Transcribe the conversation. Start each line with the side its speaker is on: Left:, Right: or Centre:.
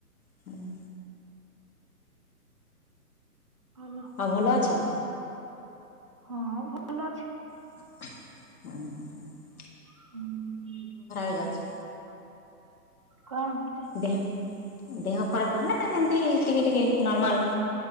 Left: ହୁଁ
Right: ହାଲ
Left: ଆଉ ଭଲ ଅଛ?
Right: ହଁ ଭଲ ଅଛି।
Left: ଆଁ ହାଁ ହଁ
Right: ହୁଁ
Left: ହେଇଯାଉଛି।
Right: କଣ ହଉଚି?
Left: ଦେହ ଦେହ ଖରାପ ମାନେ ଏମତି ଟିକେ ଟିକେ ନର୍ମାଲ।